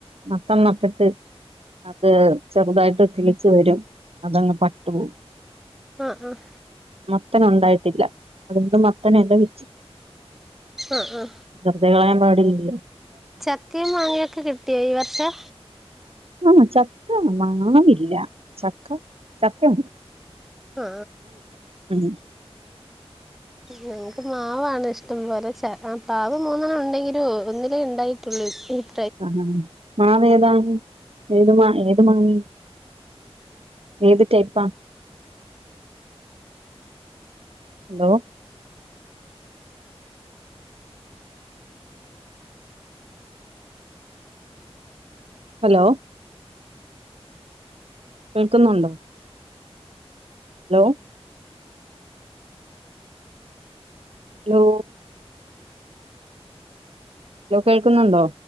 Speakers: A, on the right (about 65°); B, in the centre.
A: <unintelligible> അത് ചെറുതായിട്ട് കിളിച്ചു വരും അതങ്ങ് പട്ടു പോവും
B: ആഹ് ആഹ്
A: മത്തനുണ്ടായിട്ടില്ല അതുകൊണ്ട് മത്തന് എല വെച്ചു
B: ആ ആ
A: വെറുതെ കളയാൻ പാ ഇല്ലല്ലോ
B: ചക്കയും മാങ്ങയൊക്കെ കിട്ടിയോ ഈ വർഷം
A: ആഹ് ചക്ക മാവില്ല ചക്ക ചക്ക ഒണ്ട്
B: ആ
A: ഉ <unintelligible>
B: ഞങ്ങക്ക് മാവാണ് ഇഷ്ടം വേറെ പാവ് മൂന്നെണ്ണം ഉണ്ട്‌ ങ്കിലും ഒന്നിലെ ഒണ്ടായി തുള്ളിപ്പ്
A: ആഹഹാ ആ അതേതാണെ ഏത് മാ ഏത് മാങ്ങയ ഏത് ടൈപ്പാ ഹലോ ഹലോ കേൾക്കുന്നുണ്ടോ ഹലോ ഹലോ ഹലോ കേൾക്കുന്നുണ്ടോ